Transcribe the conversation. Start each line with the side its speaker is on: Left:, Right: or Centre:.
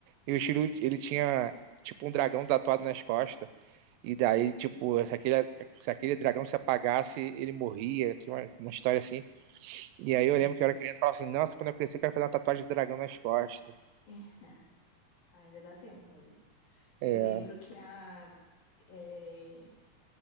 Right: E o Shiryu, ele tinha, tipo, um dragão tatuado nas costas. E daí, tipo, se aquele, se aquele dragão se apagasse, ele morria. Tinha uma, uma história assim. E aí eu
Left: Hum.
Right: lembro que eu era criança e falava assim, nossa, quando eu crescer eu quero fazer uma tatuagem de dragão nas costas.
Left: É. <laughs> Ainda dá tempo, olha.
Right: É,
Left: Eu lembro que a. é,